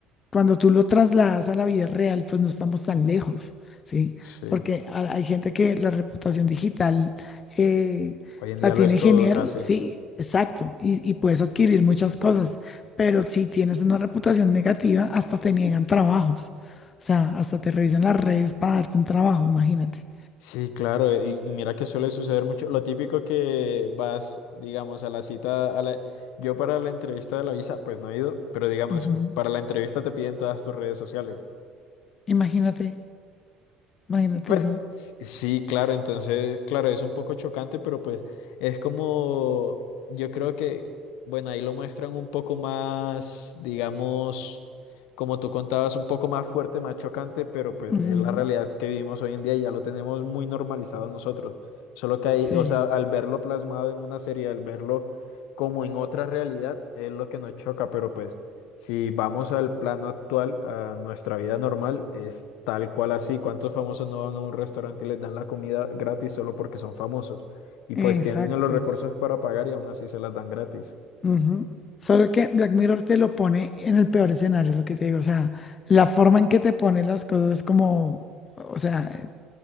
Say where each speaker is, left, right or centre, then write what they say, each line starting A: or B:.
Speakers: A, on the left; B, on the left.
A: cuando tú lo trasladas a la vida real, pues no estamos tan lejos, ¿sí?
B: sí.
A: Porque ha- hay gente que la reputación digital eh,
B: Hoy en día
A: la tiene
B: lo es
A: genial,
B: todo casi.
A: sí, exacto, y, y puedes adquirir muchas cosas, pero si tienes una reputación negativa, hasta te niegan trabajos. O sea, hasta te revisan las redes para darte un trabajo, imagínate.
B: Sí, claro, y, y mira que suele suceder mucho. Lo típico que vas, digamos, a la cita, a la... yo para la entrevista de la visa, pues no he ido, pero digamos,
A: Ujú.
B: para la entrevista te piden todas tus redes sociales.
A: Imagínate, imagínate
B: Pues,
A: eso.
B: sí, claro, entonces, claro, es un poco chocante, pero pues es como, yo creo que, bueno, ahí lo muestran un poco más, digamos, como tú contabas, un poco más fuerte, más chocante, pero pues
A: Ujú.
B: es la realidad que vivimos hoy en día y ya lo tenemos muy normalizado nosotros. Solo que ahí,
A: Sí.
B: o sea, al verlo plasmado en una serie, al verlo como en otra realidad, es lo que nos choca, pero pues... Si vamos al plano actual, a nuestra vida normal, es tal cual así. ¿Cuántos famosos no van a un restaurante y les dan la comida gratis solo porque son famosos? Y
A: Exacto.
B: pues tienen los recursos para pagar y aún así se las dan gratis.
A: Ujú. Solo que Black Mirror te lo pone en el peor escenario, lo que te digo. O sea, la forma en que te pone las cosas es como, o sea,